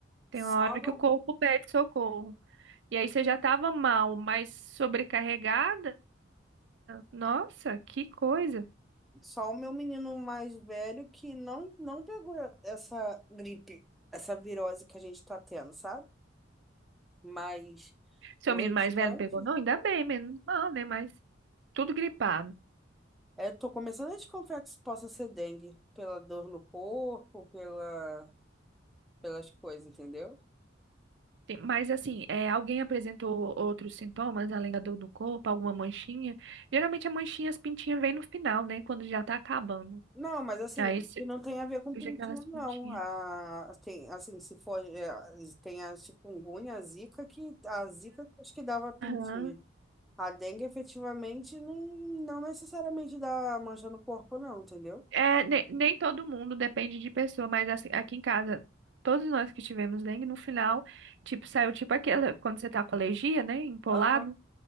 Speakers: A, on the right; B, in the centre.
A: Tem
B: Só,
A: uma hora que o corpo pede socorro. E aí você já estava mal, mas sobrecarregada? Nossa, que coisa.
B: só o meu menino mais velho que não, não pegou essa gripe, essa virose que a gente tá tendo, sabe? Mas
A: Seu
B: o
A: menino
B: restante,
A: mais velho não pegou, não? Ainda bem, menos mal, né? Mas tudo gripado.
B: é, eu tô começando a desconfiar que isso possa ser dengue, pela dor no corpo, pela, pelas coisas, entendeu?
A: Tem- Mas assim, é, alguém apresentou outros sintomas além da dor do corpo, alguma manchinha? Geralmente a manchinha, as pintinhas vêm no final, né? Quando já tá acabando.
B: Não, mas assim,
A: Aí
B: que
A: se-
B: não tem a ver com
A: surge
B: pintinha,
A: aquelas
B: não.
A: pintinhas.
B: A, tem, assim, se for, é, tem a chikungunya, a zika, que a zika acho que dava pintinha.
A: Aham.
B: A dengue efetivamente não, não necessariamente dá mancha no corpo, não, entendeu?
A: É, nem, nem todo mundo depende de pessoa, mas assim, aqui em casa, todos nós que tivemos dengue, no final, tipo, saiu tipo aquela, quando você tá com alergia, né, empolado,
B: Aham.